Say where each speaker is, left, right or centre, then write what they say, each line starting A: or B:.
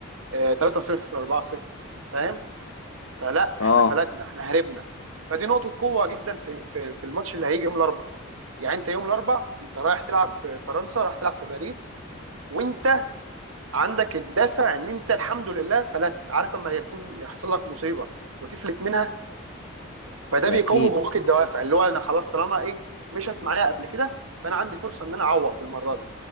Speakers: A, on the right; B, on the left.
A: آه، 3-0 4-0 فاهم فلا
B: اه
A: احنا فلتنا احنا هربنا فدي نقطه قوه جدا في في في الماتش اللي هيجي يوم الاربعاء يعني انت يوم الاربعاء انت رايح تلعب في فرنسا رايح تلعب في باريس وانت عندك الدافع ان انت الحمد لله فلت عارف اما يكون يحصل لك مصيبه وتفلت منها فده
B: ده
A: بيقوي
B: اكيد
A: جواك الدوافع اللي هو انا خلاص طالما ايه مشت معايا قبل كده فانا عندي فرصه ان انا اعوض بالمره دي